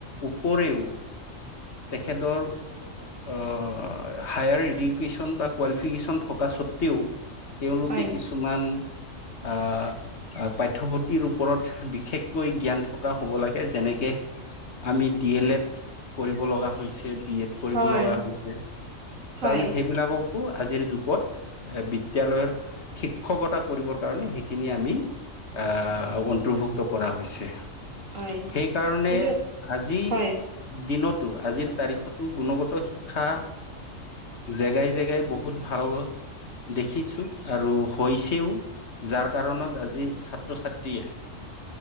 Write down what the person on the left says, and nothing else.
উপৰেও তেখেতৰ অঁ, হায়াৰ এডুকেশ্যন বা কোৱালিফিকেশ্যন থকা স্বত্বেও। তেওঁলোকে
কিছুমান আঁহ আ পাঠ্যপুথিৰ ওপৰত বিশেষকৈ জ্ঞান থকা হ'ব লাগে যেনেকে আমি ডি এল এড কৰিব লগা হৈছে, বি এড কৰিব
লগা হৈছে।
কাৰণ সেইবিলাক কো আজিৰ যুগত এ বিদ্যয়ালয়ৰ শিক্ষকতা কৰিবৰ কাৰণে সেইখিনি আমি আঁ অন্তৰ্ভুক্ত কৰা হৈছে।
সেইকাৰণে
আজি
দিনত টো আজিৰ তাৰিখতো গুণগত শিক্ষা জেগাই জেগাই বহুত ভাল হোৱা দেখিছো আৰু হৈছেও। যাৰ কাৰণত আজি ছাত্ৰ-ছাত্ৰীয়ে